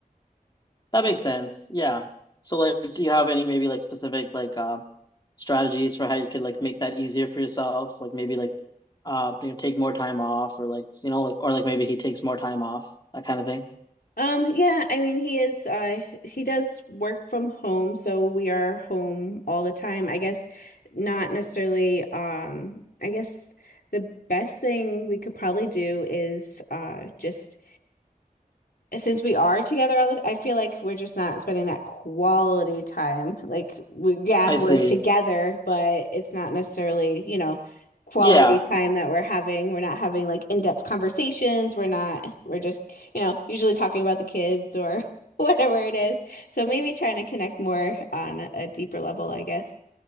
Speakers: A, on the left (about 30°); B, on the left (about 80°).
A: that makes sense. Yeah. So like, do you have any maybe like specific like uh, strategies for how you could like make that easier for yourself? Like maybe like uh, you know, take more time off or like you know like or like maybe he takes more time off that kind of thing.
B: Um, yeah, I mean he is uh he does work from home, so we are home all the time. I guess not necessarily um I guess the best thing we could probably do is uh just since we are together all the, I feel like we're just not spending that quality time. Like we, yeah,
A: I
B: we're
A: see.
B: together, but it's not necessarily, you know, quality
A: Yeah.
B: time that we're having. We're not having like in-depth conversations. We're not, we're just, you know, usually talking about the kids or <laughs> whatever it is. So maybe trying to connect more on a a deeper level, I guess,